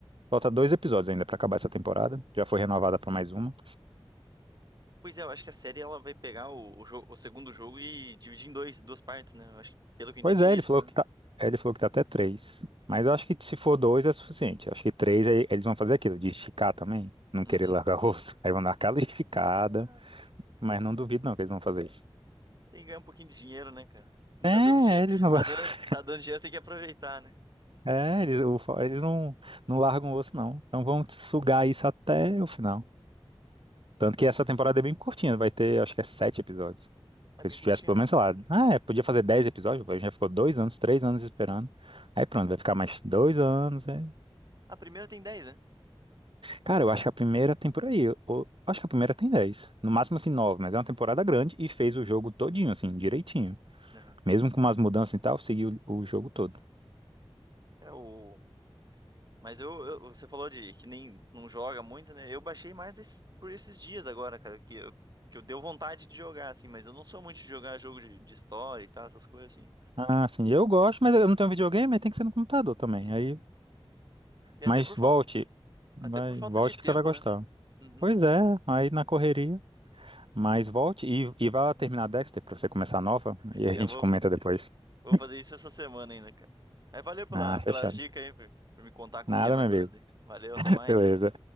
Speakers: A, on the right; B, on the right.
A: falta dois episódios ainda pra acabar essa temporada. Já foi renovada pra mais uma.
B: Pois é, eu acho que a série ela vai pegar o, o, jo- o segundo jogo e dividir em dois, duas partes, né? Eu acho que, pelo que eu
A: Pois
B: entendi,
A: é,
B: é isso,
A: ele falou
B: né?
A: que tá é, ele falou que tá até três. Mas
B: Uhum,
A: eu acho que se for dois é suficiente. Acho que três aí eles vão fazer aquilo de esticar também, não
B: uhum.
A: querer largar o osso. <laughs> Aí vão dar aquela esticada.
B: Ah,
A: Mas não duvido não que eles vão fazer isso.
B: Tem que ganhar um pouquinho de dinheiro, né, cara? <laughs>
A: É,
B: Tá dando dinheiro.
A: eles não,
B: Tá
A: <laughs>
B: dando, tá dando dinheiro, tem que aproveitar, né?
A: é, eles, o fo- eles não, não largam o osso, não. Então vão sugar isso até o final. Tanto que essa temporada é bem curtinha, vai ter, acho que é sete episódios. Porque
B: É bem
A: Se tivesse
B: curtinho
A: pelo
B: mesmo.
A: menos, sei lá, ah, é, podia fazer dez episódios, a gente já ficou dois anos, três anos esperando. Aí pronto, vai ficar mais dois anos. É.
B: A primeira tem dez, né?
A: Cara, eu acho que a primeira tem por aí. Eu, eu acho que a primeira tem 10, No máximo, assim, 9, mas é uma temporada
B: Uhum.
A: grande e fez o jogo todinho, assim, direitinho.
B: Aham.
A: Mesmo com umas mudanças e tal, seguiu o jogo todo.
B: É o Mas eu, eu- você falou de que nem não joga muito, né? Eu baixei mais es- por esses dias agora, cara, que eu, que eu deu vontade de jogar, assim, mas eu não sou muito de jogar jogo de, de história e tal, essas coisas assim.
A: Ah, sim, eu gosto, mas eu não tenho videogame, aí tem que ser no computador também.
B: Uhum.
A: Aí,
B: E
A: mas
B: até por
A: volte,
B: falta,
A: vai,
B: até por falta
A: volte
B: de tempo,
A: que você vai gostar.
B: né? Uhum.
A: Pois é, aí na correria. Mas volte e, e vá terminar Dexter pra você começar a nova e a
B: É,
A: gente
B: Eu vou,
A: comenta depois.
B: vou
A: <laughs>
B: fazer isso essa semana ainda, cara. Mas valeu pela,
A: Ah,
B: pelas
A: fechado.
B: dicas aí, por, por me contar como
A: Nada,
B: que é mais
A: meu amigo.
B: ou menos aí. Valeu, até
A: <laughs>
B: mais.
A: Beleza.